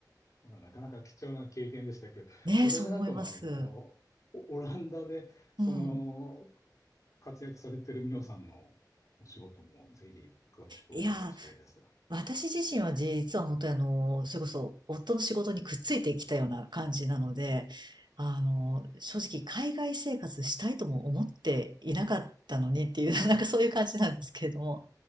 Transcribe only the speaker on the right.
ねえ、
そう思います。
うん。
いやー私自身は実は本当にあの、それこそ夫の仕事にくっついてきたような感じなので、あの、
正直海外生活したいとも思っていなかったのにっていう、<laughs> なんかそういう感じなんですけれども、